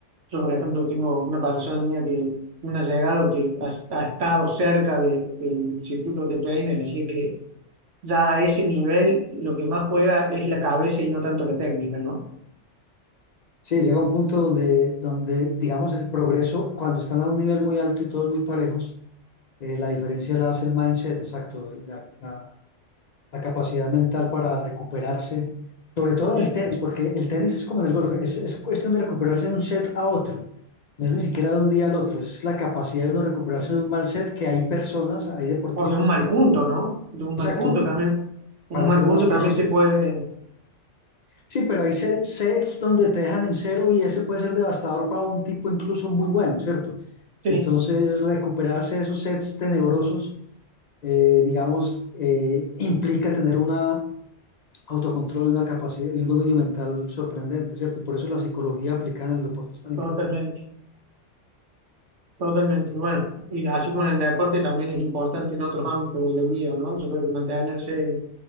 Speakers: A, on the right (about 75°); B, on the left (about 50°).
A: Yo, por ejemplo, tengo una persona mía que, un allegado que ha, ha estado cerca de- del circuito de TPI y me decía que ya a ese nivel lo que más juega es la cabeza y no tanto la técnica, ¿no?
B: Sí, llega un punto donde, donde, digamos, el progreso, cuando están a un nivel muy alto y todos muy parejos, eh, la diferencia la hace el mindset, exacto, la, la- la capacidad mental para recuperarse, sobre todo
A: Eh,
B: en el tenis, porque el tenis es como en el golf, es, es cuestión de recuperarse de un set a otro, no es ni siquiera de un día al otro, es la capacidad de uno recuperarse de un mal set que hay personas, hay deportistas
A: o de un mal
B: que,
A: punto, ¿no? De un mal
B: exacto,
A: punto también. Un
B: para
A: mal
B: ser
A: punto
B: más preciso.
A: también te puede...
B: Sí, pero hay se- sets donde te dejan en cero y ese puede ser devastador para un tipo incluso muy bueno, ¿cierto?
A: Sí,
B: Entonces, recuperarse de esos sets tenebrosos, eh, digamos, eh, implica tener una autocontrol y una capacidad y un dominio mental sorprendente, ¿cierto? Y por eso la psicología aplicada en el deporte es tan importante.
A: totalmente. Totalmente, Y bueno, y así como en el deporte también es importante en otros ámbitos de la vida, ¿no? Yo creo que mantenerse